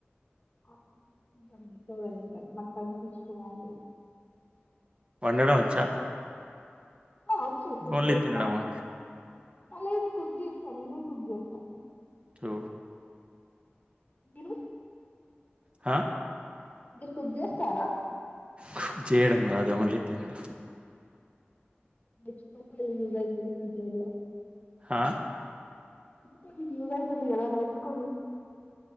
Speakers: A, on the left; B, on the right.
A: ఆ తింటాం ఎకువగా దింటాం మటన్ ఫిష్ అలాంటివి
B: వండడం వచ్చా
A: హ వచ్చు కుక్
B: ఓన్లీ
A: చేస్తా
B: తినడమా
A: అలా ఎమ్ కుక్ చేస్తా నేనే కుక్ చేస్తా.
B: టో
A: మీరు
B: హ
A: మీర్ కుక్ చేస్తారా
B: కుక్ చేయడం రాదు ఓన్లీ తినడం
A: నేర్చుకో <unintelligible> యూస్ అయితది ఫ్యూచర్లో.
B: హా
A: ఫ్యూచర్ లో మీకి యూస్ అవుతుంది కదా నేర్చుకోండి.